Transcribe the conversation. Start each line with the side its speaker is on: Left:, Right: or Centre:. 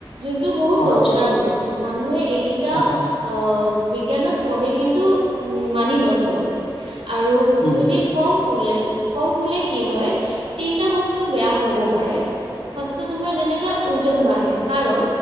Right: যোনটো বহুত
Left: অ
Right: দৰকাৰ।
Left: আচ্ছা
Right: হ'ল মানুহে এই গেটা
Left: হয়
Right: আ বিজ্ঞানত পঢ়ে কিন্তু, উম, মানি নচলে আৰু
Left: উম
Right: যদি কম শুলে, কম শুলে কি হয়? তিনটা বস্তু বেয়া হ'ব পাৰে। ফাৰ্ষ্টটে তোমাৰ যেনেকা ওজন বাঢ়ে। কাৰণ